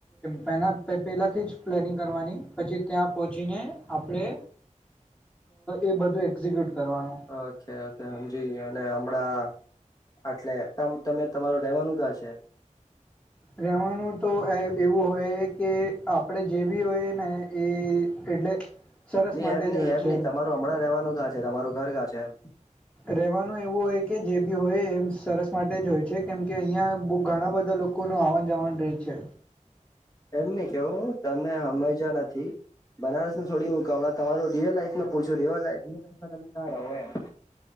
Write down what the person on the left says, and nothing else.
ઓકે ઓકે સમજી અને હમણાં. એટલે ત તમે તમારું રેવાનું ગા છે.
નઈ
એમ નહિ
એમ
નહ તમારું હમણાં રહેવાનું કાં છે તમારું ઘર કાં છે એમ.
<inaudible> કેવું તમે હમઇજા નથી થી. બનારસ થોડી મુકાવડા તમારું રિયલ લાઈફમાં પૂછું રિયલ લાઈફમાં તમે કા રહો એમ?